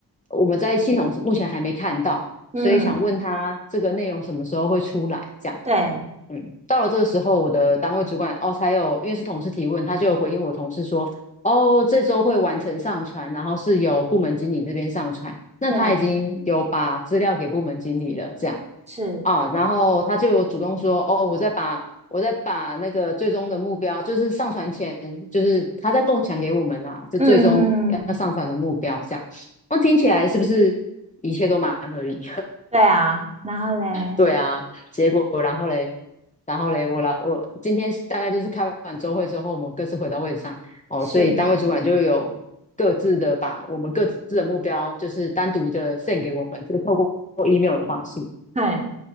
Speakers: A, on the left; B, on the right.
A: 我们在系统目前还没看到，
B: 嗯。
A: 所以想问他这个内容什么时候会出来，这样。
B: 对
A: 嗯，到了这个时候，我的单位主管哦，才有，因为是同事提问，他就有回应我同事说，哦，这周会完成上传，然后是由部门经理这边上传，那他已经有把资料给部门经理了，
B: 对
A: 这样
B: 是，
A: 啊，然后他就主动说，哦，我再把我再把那个最终的目标，就是上传前，就是他在共享给我们啦，就最终要上传的目标这样，
B: 嗯，
A: 那听起来是不是一切都蛮合理？
B: 对啊，然后嘞
A: 对啊，结果然后嘞，然后嘞，我来，我今天大概就是开完周会之后，我们各自回到位置上哦，
B: 是，
A: 所以单位主管就有各自的把我们各自的目标，就是单独的 send 给我们，就是透过 email 的方式，
B: 嘿，